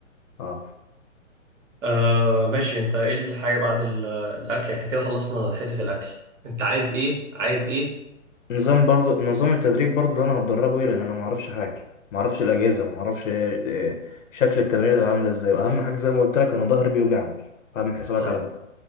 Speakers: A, on the left; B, on the right.
A: اه
B: آه ماشي انت ايه الحاجة بعد ال- الأكل احنا كده خلصنا حتة الأكل انت عايز ايه عايز ايه
A: نظام برضو نظام التدريب برضو اللي انا هتدربه ايه لان انا ما اعرفش حاجه ما اعرفش الاجهزه ما اعرفش إيه- شكل التمرين هتبقى عامله ازاي واهم حاجه زي ما قلت لك انا ظهري بيوجعني فاعمل حسابك
B: طيب
A: على ده